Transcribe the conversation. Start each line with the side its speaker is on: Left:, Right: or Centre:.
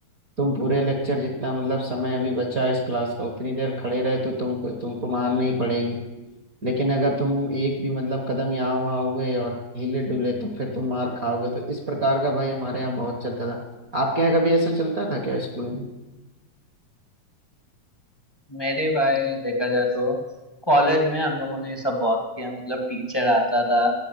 Right: तुम पूरे लेक्चर जितना मतलब समय अभी बचा है इस क्लास का उतनी देर खड़े रहे तो तुमको तुमको मार नहीं पड़ेगी लेकिन अगर तुम एक भी मतलब कदम यहाँ वहाँ हुए और हिले डुले तो फिर तुम मार खाओगे तो इस प्रकार का भाई हमारे यहाँ बहुत चलता था आपके यहाँ कभी ऐसा चलता था क्या स्कूल में
Left: मेरे भाई देखा जाए तो कॉलेज में हम लोगों ने ये सब बहुत किया मतलब टीचर आता था